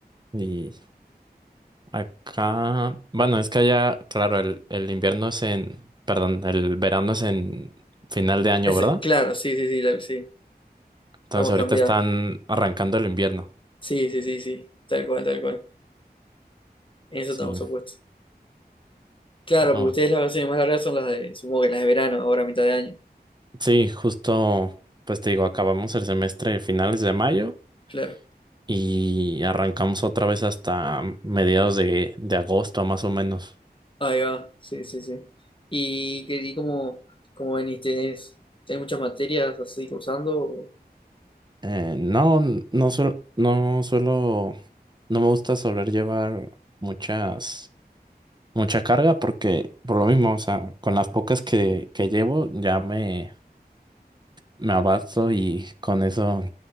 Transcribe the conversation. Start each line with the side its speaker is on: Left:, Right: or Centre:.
Right: Y acá, bueno, es que allá, claro, el, el invierno es en, perdón, el verano es en final de año,
Left: Ese,
Right: ¿verdad?
Left: claro, sí, sí, sí, tal- sí,
Right: Entonces
Left: estamos
Right: ahorita
Left: cambiados.
Right: están arrancando el invierno.
Left: Sí, sí, sí, sí, tal cual, tal cual. En eso
Right: Sí,
Left: estamos opuestos. Claro,
Right: no,
Left: porque ustedes las vacaciones más largas son las de, supongo que las de verano, ahora a mitad de año.
Right: sí, justo, pues te digo, acabamos el semestre finales de mayo
Left: Claro.
Right: y arrancamos otra vez hasta mediados de, de agosto, más o menos.
Left: Ahí va, sí, sí, sí. ¿Y, qué- y cómo, cómo venís? ¿Tenés, tenés muchas materias así cursando? o-
Right: Eh, no, no suelo, no suelo, no me gusta soler llevar muchas. mucha carga porque por lo mismo, o sea, con las pocas que, que llevo ya me, me abasto y con eso